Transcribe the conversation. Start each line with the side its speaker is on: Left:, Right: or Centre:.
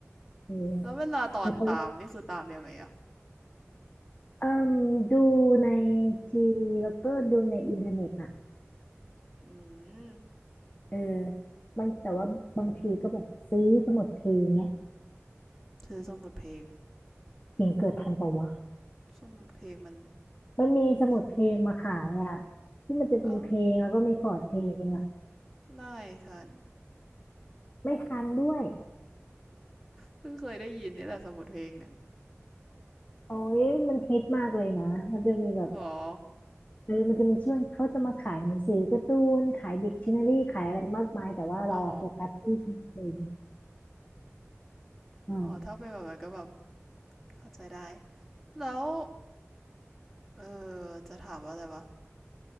Left: เออ
Centre: แล้วเวลาตอนตามนี่คือตามยังไงอ่ะ
Left: คือเขา เอ่มดูในทีวีแล้วก็ดูในอินเทอร์เน็ตน่ะ
Centre: อืม
Left: เออบางแต่ว่าบางทีก็แบบซื้อสมุดเพลงเนี้ย
Centre: ซื้อสมุดเพลง
Left: เพลงเกิดทันเปล่าวะ
Centre: สมุดเพลงมัน
Left: มันมีสมุดเพลงมาขายอ่ะที่มันจะมีเพลงแล้วก็มีคอร์ดเพลงอ่ะ
Centre: เออไม่ฉัน
Left: ไม่ทันด้วย
Centre: เพิ่งเคยได้ยินนี่แหละสมุดเพลงเนี่ย
Left: โอ้ยมันฮิตมากเลยนะมันจะมีแบบ
Centre: หรอ
Left: เออมันจะมีช่วงเขาจะมาขายหนังสือการ์ตูนขายดิกชันนารีขายอะไรมากมายแต่ว่าเราอะโฟกัสที่เพลง
Centre: อืมอ๋อ
Left: อืม
Centre: อ๋อถ้าเป็นแบบนั้นก็แบบเข้าใจได้แล้วเออจะถามว่าอะไรวะ